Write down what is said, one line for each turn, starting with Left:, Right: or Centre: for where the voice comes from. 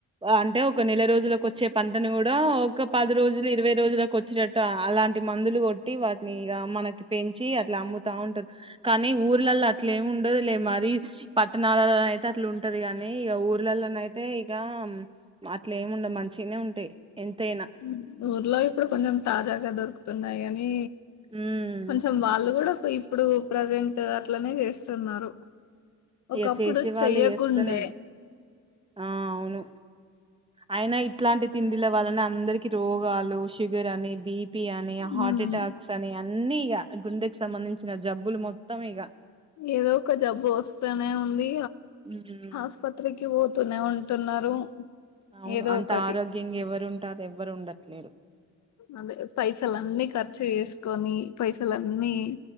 Right: అంటే ఒక నెల రోజులకి వచ్చే పంటను కూడా ఒక పది రోజులు ఇరవై రోజులకు వచ్చేటట్టు అలాంటి మందులు కొట్టి వాటిని ఇగ మనకి పెంచి అట్లా అమ్ముతా ఉంటారు కానీ ఊరు ఊర్లలో అట్లేమి ఉండదు లే మరి పట్టణాలలో అయితే అట్లా ఉంటది కాగాని ఇక ఊర్లలోన అయితే ఇక అట్లేమి ఉండదు మంచిగనే ఉంటాయి ఎంతైనా
Left: మ్మ్ ఊర్లో ఇప్పుడు కొంచెం తాజాగా దొరుకు తున్నాయి అని
Right: ఉమ్
Left: కొంచెం వాళ్ళు కూడా ఇప్పుడు ప్రజెంట్ అట్లనే చేస్తున్నారు ఒకప్పుడు
Right: ఇక చేసే వాళ్ళు
Left: చెయ్యకుండే
Right: చేస్తనే ఆ అవును అయినా ఇట్లాంటి తిండిల వాళ్లనే అందరికి రోగాలు షుగర్ అని బీపి అని ని
Left: ఉమ్
Right: హార్ట్ అటాక్స్ అని అన్నీ ఇక గుండెకి సంబంధించిన జబ్బులు మొత్తం ఇగ
Left: ఏదో ఒక జబ్బు వస్తనే ఉంది
Right: మ్మ్
Left: ఆస్పత్రకి పోత తూనే ఉంటున్నారు
Right: అవును
Left: ఏదో
Right: అంత
Left: ఒకటి
Right: ఆరోగ్యంగా ఎవరున్ టారు ఎవ్వరు ఉండట్లేరు
Left: అదే పైసలన్నీ ఖర్చు చేసుకొని పైసలన్నీ